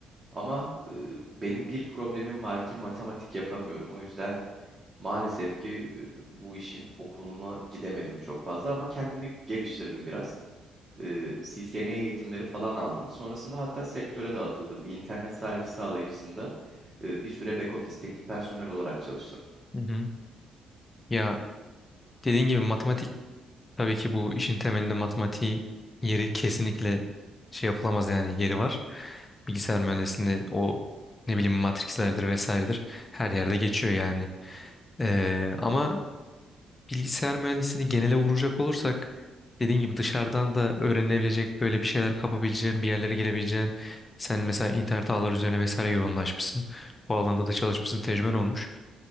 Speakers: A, on the right (about 25°); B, on the left (about 25°).
A: Ama e, benim bir problemim var ki matematik yapamıyorum. O yüzden maalesef ki e, bu işin okuluna gidemedim çok fazla ama kendimi geliştirdim biraz. E, CCNA eğitimleri falan aldım. Sonrasında hatta sektöre de atıldım. Bir internet servis sağlayıcısında e, bir süre back office teknik personel olarak çalıştım.
B: Hı hı. Ya dediğin gibi matematik tabii ki bu işin temelinde matematiği yeri kesinlikle şey yapılamaz yani yeri var. Bilgisayar mühendisliğinde o ne bileyim matrislerdir vesairedir her yerde geçiyor yani. Ee, ama Bilgisayar mühendisliğini genele vuracak olursak dediğin gibi dışarıdan da öğrenebilecek böyle bir şeyler kapabileceğin bir yerlere gelebileceğin sen mesela internet ağları üzerine vesaire yoğunlaşmışsın. Bu alanda da çalışmışsın tecrüben olmuş.